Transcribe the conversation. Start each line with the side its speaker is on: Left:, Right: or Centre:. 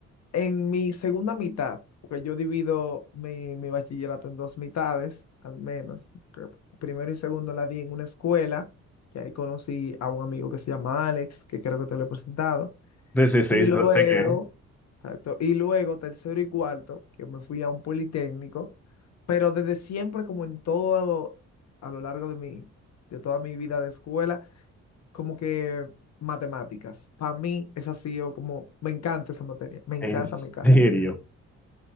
Left: en mi segunda mitad, porque yo divido mi, mi bachillerato en dos mitades, al menos. que primero y segundo la di en una escuela, que ahí conocí a un amigo que se llama Alex, que creo que te lo he presentado.
Centre: Sí, sí, sí,
Left: Y luego,
Centre: sé que,
Left: exacto, y luego tercero y cuarto, que me fui a un politécnico, pero desde siempre, como en todo a lo largo de mi, de toda mi vida de escuela, como que matemáticas. Para mí es así, yo como, me encanta esa materia, me encanta,
Centre: en
Left: me encanta.
Centre: serio.